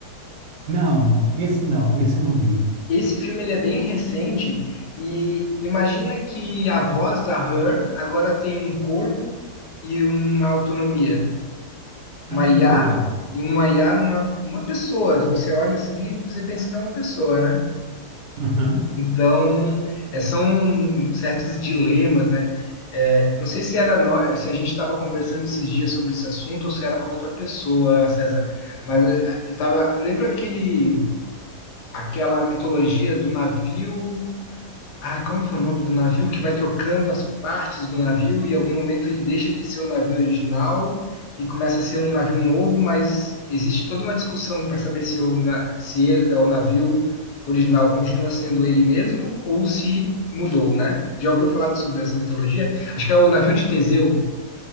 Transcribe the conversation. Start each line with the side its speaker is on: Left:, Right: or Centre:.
Right: Não, esse não, esse eu não vi.
Left: Esse filme ele é bem recente e imagina que a voz da Her agora tem um corpo e uma autonomia, uma
Right: Ah, que
Left: IA
Right: legal.
Left: e uma IA numa uma pessoa. Você olha assim e você pensa que é uma pessoa, né?
Right: Aham.
Left: Então, é, são certos dilemas, né? É, não sei se era nó- se a gente estava conversando esses dias sobre esse assunto ou se era com outra pessoa, César. Mas é, eu tava, lembra aquele aquela mitologia do navio Ai, como é que é o nome do navio que vai trocando as partes do navio e em algum momento ele deixa de ser o navio original e começa a ser um navio novo, mas existe toda uma discussão para saber se, é o, na- se é é o navio original continua sendo ele mesmo ou se mudou, né? Já ouviu falar sobre essa mitologia? Acho que é o navio de Teseu.